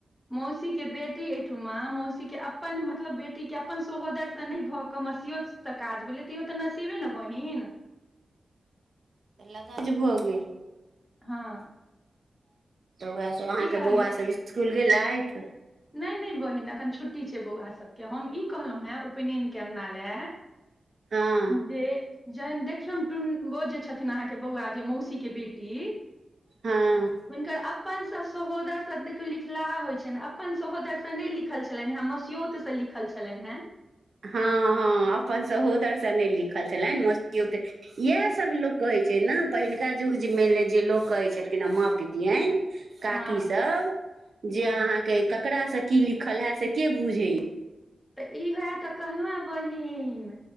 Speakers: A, in the centre; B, on the right.
A: मौसी के बेटी एहिठमा मौसी के अपन मतलब बेटी के अपन सोहोदर से नहि भऽ कमसियो तऽ काज भेलै तऽ इो तऽ नसीबे ने बहिन
B: लगाज भऽ गेल
A: हँ
B: <inaudible> तऽ उएह सब अहाँकेँ
A: की कहलियै
B: बौआ सब इसकुल गेलैथ
A: नहि नहि बहिन अखन छुट्टी छै बौआ सभके हम ई कहलहुं है उपनयन के आंगना लै
B: हँ
A: जे जन औ अहके बौआ जे मौसी के बेटी
B: हँ
A: हुनकर अपनसँ सहोदरसँ लिखलाहा होइत छैन अपन सहोदरसँ नहि लिखल छलनि है मस्योत से लिखल छलनि है
B: हँ हँ अपन सहोदरसँ नहि लिखल छलनि मसियौत इएह सभ लोक कहे छै ने पहिलुका युग जे मान ले जे लोक कहै छलखिन हे माँ पतियन काकी
A: हँ
B: सब जे
A: हँ
B: अहा के ककारासे की लिखल है से के बुझे य
A: तऽ ई होए तऽ कहलहु ह बहिन